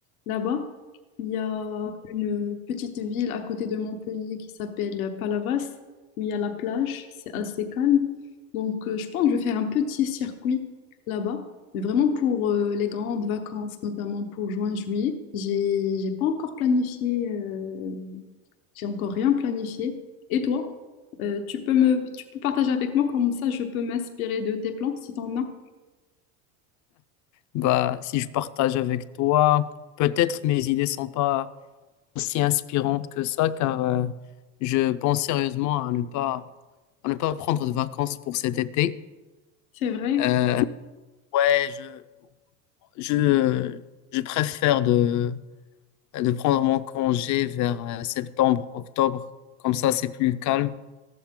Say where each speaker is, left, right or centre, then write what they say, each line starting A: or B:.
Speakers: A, on the left; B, on the left.
A: là-bas. Il y a une petite ville à côté de Montpellier qui s'appelle Palavas, où il y a la plage. C'est assez calme. Donc, euh, je pense que je vais faire un petit circuit là-bas. Mais vraiment pour euh, les grandes vacances, notamment pour juin-juillet, j'ai, j'ai pas encore planifié euh, j'ai encore rien planifié. Et toi, Euh, tu peux me, tu peux partager avec moi comme ça, je peux m'inspirer de tes plans si t'en as.
B: Bah, si je partage avec toi, peut-être mes idées sont pas aussi inspirantes que ça, car euh, je pense sérieusement à ne pas, à ne pas prendre de vacances pour cet été.
A: C'est vrai.
B: Euh, ouais, je, je, je préfère de, de prendre mon congé vers euh, septembre, octobre. Comme ça, c'est plus calme.